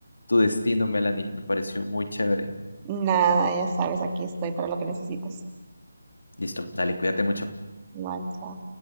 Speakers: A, on the left; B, on the right.
A: tu destino, Melanie, me pareció muy chévere.
B: Nada, ya sabes, aquí estoy para lo que necesites.
A: Listo, dale, cuídate mucho.
B: Igual, chao.